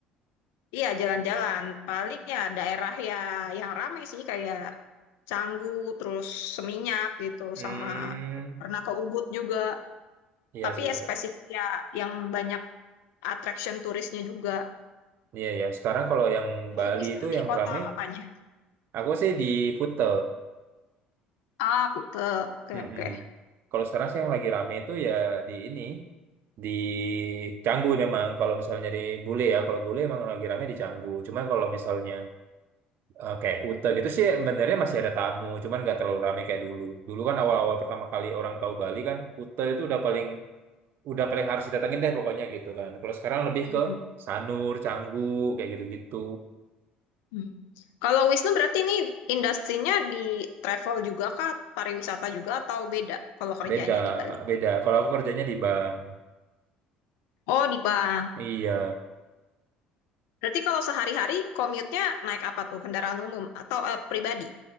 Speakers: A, on the left (about 60°); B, on the right (about 45°).
A: Iya, jalan-jalan. Paling ya daerah ya yang ramai sih kayak Canggu, terus Seminyak gitu
B: Hmm,
A: sama pernah ke Ubud juga.
B: iya
A: Tapi
B: sih
A: ya
B: sekarang.
A: spesifik ya yang banyak attraction turisnya juga.
B: Iya ya. Sekarang kalau yang
A: Kalau
B: Bali
A: Wisnu
B: itu
A: di
B: yang
A: kota
B: rame,
A: apanya?
B: aku sih di Kuta.
A: Ah, Kute. Oke,
B: Mm-mm.
A: oke.
B: Kalau sekarang sih yang lagi rame itu ya di ini. di Canggu memang kalau misalnya nyari bule ya kalau bule emang lagi rame di Canggu cuman kalau misalnya eh, kayak Kuta gitu sih sebenarnya masih ada tamu cuman nggak terlalu rame kayak dulu dulu kan awal-awal pertama kali orang tahu Bali kan Kuta itu udah paling udah paling harus didatengin deh pokoknya gitu kan kalau sekarang lebih
A: Hmm.
B: ke Sanur Canggu kayak gitu-gitu
A: hmm. Kalau Wisnu berarti ini industrinya di travel juga kah, pariwisata juga atau beda kalau kerjanya
B: beda
A: di Bali?
B: beda kalau aku kerjanya di bank
A: Oh, di bank.
B: iya
A: Berarti kalau sehari-hari commute-nya naik apa tuh? Kendaraan umum atau eh, pribadi?